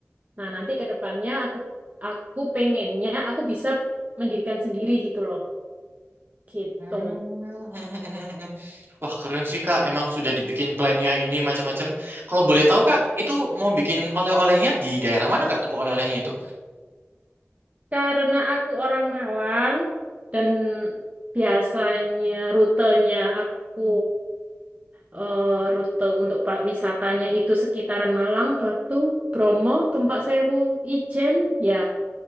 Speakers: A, on the right (about 35°); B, on the right (about 50°).
A: Nah, nanti ke depannya aku aku pengennya aku bisa mendirikan sendiri gitu loh. Gitu.
B: Hmm. <laughs> Wah, keren sih, Kak. Emang sudah dibikin plannya ini macam-macam. Kalau boleh tahu, Kak, itu mau bikin oleh-olehnya di daerah mana, Kak, toko oleh-olehnya itu?
A: Karena aku orang Malang dan biasanya rutenya aku eh, rute untuk pa- wisatanya itu sekitaran Malang, Batu, Bromo, Tumpak Sewu, Ijen, ya